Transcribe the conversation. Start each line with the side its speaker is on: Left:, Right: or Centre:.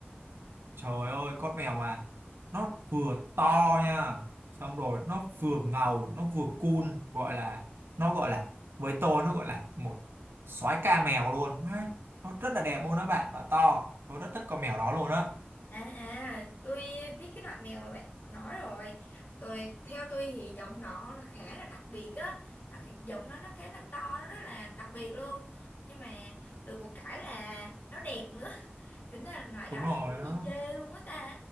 Right: Trời ơi, con mèo mà nó vừa to nha, xong rồi nó vừa ngầu, nó vừa cool, gọi là nó gọi là với tôi nó gọi là một soái ca mèo luôn ha. Nó rất là đẹp luôn đó bạn và to. Tôi rất thích con mèo đó luôn á.
Left: À à, tôi biết cái loại mèo mà bạn nói rồi. Tôi theo tôi thì giọng đó nó khá là đặc biệt á, nó khá- giọng nó nó khá là to, nó rất là đặc biệt luôn. Nhưng mà được một cái là nó đẹp nữa. <laughs> Tính ra là loại đó
Right: Đúng rồi
Left: là không có
Right: đó.
Left: gì chê luôn á ta.